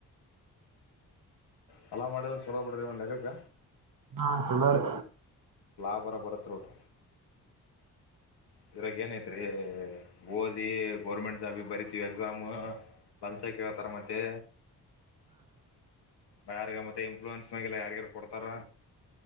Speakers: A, on the left (about 75°); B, on the right (about 50°).
A: ಹೊಲ ಮಾಡೋದ ಚಲೋ ಬಿಡ್ರಿ ಒಂದ ಲೆಕ್ಕಕ್ಕ.
B: ಹಾ ಚಲೋ ರಿ.
A: ಲಾಭ ಆರ ಬರುತ್ತರಿ ಓಟ್. ಇದ್ರಾಗ ಏನೈತ್ರಿ. ಓದಿ ಗೋರ್ಮೆಂಟ್ ಜಾಬ್ ಗಿ ಭರಿತವಿ ಎಕ್ಸಾಮ್ಸ ಲಂಚ ಕೇತಾರೆ ಮತ್ತೆ ಬಯಾರಗ ಮತ್ತೆ ಇನ್ಫ್ಲೂಯನ್ಸ್. <inaudible> ಯಾರಿಗರ ಕೊಡ್ತಾರ.